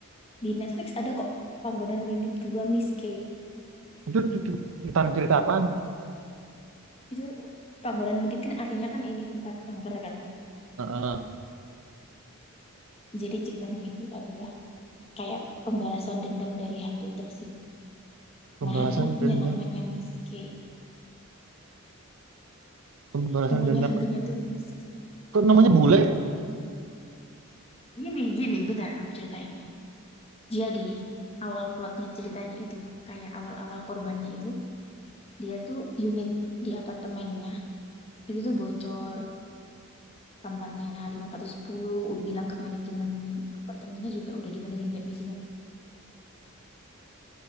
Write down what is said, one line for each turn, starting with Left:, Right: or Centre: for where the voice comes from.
Left: Di Netflix ada kok Panggonan Wingit dua Miss K.
Right: Itu, itu, itu tentang cerita apaan?
Left: Itu Panggonan Wingit kan artinya kan ini tempat angker kan.
Right: Heeh.
Left: Jadi ceritanya itu adalah kayak pembalasan dendam dari hantu tersebut.
Right: Pembalasan
Left: Nah, hantunya
Right: dendam.
Left: namanya Miss K.
Right: Pembalasan
Left: Namanya
Right: dendam.
Left: hantunya tuh Miss K.
Right: Kok namanya bule?
Left: Gini, gini bentar aku ceritain. Jadi, awal plotnya ceritanya itu, kayak awal-awal korbannya itu, dia tuh unit di apartemennya, itu tuh bocor, kamarnya lima satu sepuluh udah bilang ke manajemen apartemennya juga udah dibenerin dek di sini.